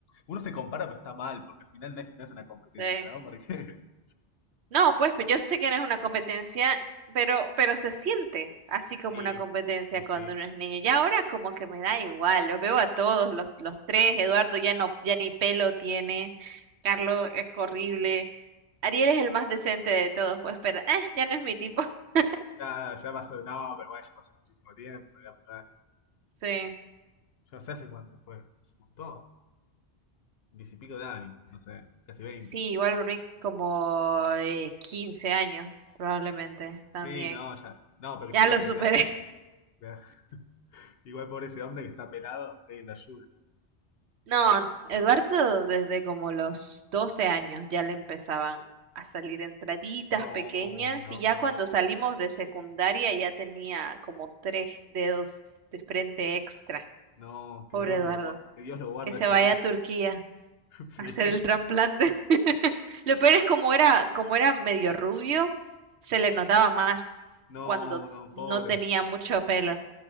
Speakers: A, on the left (about 65°); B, on the right (about 75°).
A: uno se compara, pero está mal, porque al final no es, no es una competencia,
B: Sí.
A: ¿no? Porque <laughs>
B: No, pues pero yo sé que no es una competencia, pero, pero se siente así como
A: sí,
B: una competencia
A: sí,
B: cuando
A: sí.
B: uno es niño. Ya ahora como que me da igual, los veo a todos, los, los tres, Eduardo ya no, ya ni pelo tiene, Carlos es horrible, Ariel es el más decente de todos, pues, pero eh, ya no es mi tipo. <laughs>
A: Nada, ya pasó, no, pero bueno, ya pasó muchísimo tiempo de la primera
B: Sí,
A: Yo no sé hace cuánto fue. Hace un montón. Diez y pico de años, no sé, casi veinte
B: sí, igual por como eh, 15 años, probablemente, también.
A: Sí, no, ya. No, pero que
B: Ya
A: se quede
B: lo
A: pelado.
B: superé.
A: <laughs> Ya. Igual por ese hombre que está pelado, la ayuda.
B: No, Eduardo desde como los 12 años ya le empezaban a salir entraditas
A: No,
B: pequeñas
A: no,
B: y ya
A: no,
B: cuando
A: no.
B: salimos de secundaria ya tenía como tres dedos de frente extra.
A: No,
B: Pobre
A: que Dios
B: Eduardo,
A: lo, gua- que Dios lo guarde
B: que se
A: a ese
B: vaya
A: hombre.
B: a Turquía
A: <laughs> Sí.
B: a hacer el trasplante. <laughs> Lo peor es como era, como era medio rubio, se le notaba más
A: No,
B: cuando
A: no,
B: no
A: pobre,
B: tenía mucho pelo.